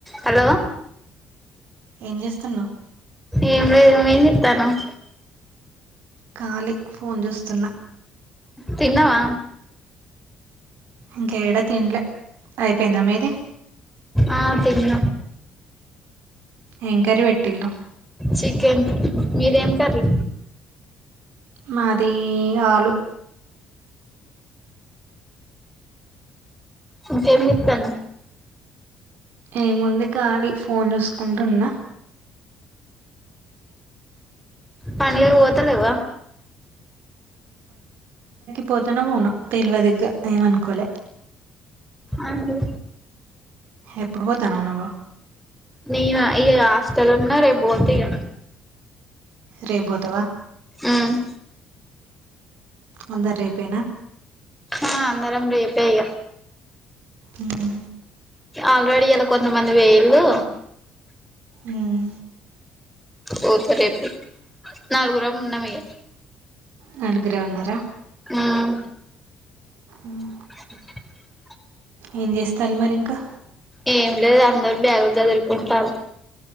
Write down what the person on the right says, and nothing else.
ఏం చేస్తున్నావు
ఖాలీ ఫోన్ చూస్తున్నా.
ఇంకేడా తిన్లే అయిపోయిందా మీది.
ఏంకరి పెట్టిల్లు.
మాది ఆలు.
ఏముంది కానీ ఫోన్ చూసుకుంటున్నా.
పోతనో పోనో తెలివది ఇగ్గ ఏమనుకోలే.
ఎప్పుడు పోతానవు నువ్వు.
రేబోతవా
అందరు రేపేనా
ఊమ్
ఊమ్
నలుగురే ఉన్నారా
ఊమ్
ఏం చేస్తల్ మరి ఇంకా